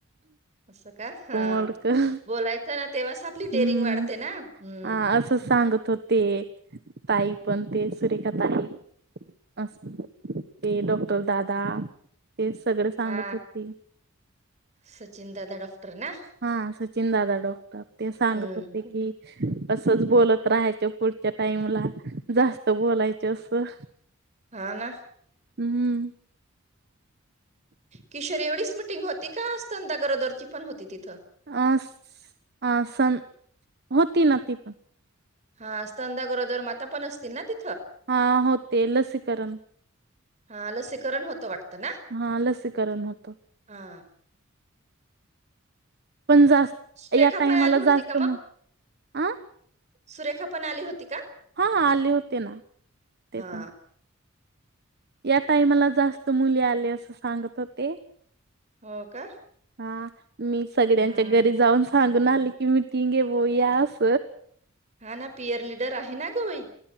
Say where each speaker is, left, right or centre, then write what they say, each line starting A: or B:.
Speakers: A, on the right; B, on the right.
A: अस का हा
B: मोडकं
A: बोलायचं ना तेव्हाच आपली डेरिंग
B: हम्म
A: वाढते. ना
B: हा
A: हम्म
B: असं सांगत होते. ताई पण ते सुरेखा ताई अस ते डॉक्टर दादा ते सगळे सांगत
A: हा
B: होते
A: सचिन दादा डॉक्टर ना
B: हा सचिन दादा डॉक्टर ते सांगत
A: हम्म
B: होते की अस बोलत राहायच पुढच्या टाइमला जास्त बोलायच असं
A: हा ना
B: हम्म
A: किशोर एवढीच मिटिंग होती का स्तनदा गरोदरची पण होती तिथे?
B: अ अ स होती नती ह्
A: हा स्तनदा गरोदर माता पण असतील ना ती
B: हा हो ते लसीकरण
A: हा लसीकरण होतं वाटतं. ना
B: हा लसीकरण होतं.
A: हा
B: पण जास्
A: सुरेखा
B: या टाइमाला
A: पण आली होती
B: जास्त
A: का
B: मग अ
A: सुरेखा पण आली होती का?
B: हा आले होते ना ते
A: हा
B: पण या टाईमाला जास्त मुली आले असं सांगत होते.
A: हो का?
B: हा मी सगळ्यांच्या
A: हा
B: घरी जाऊन सांगून आली. कि मिटींग आहे बया अस
A: हा ना पियर लीडर आहे ना गौरी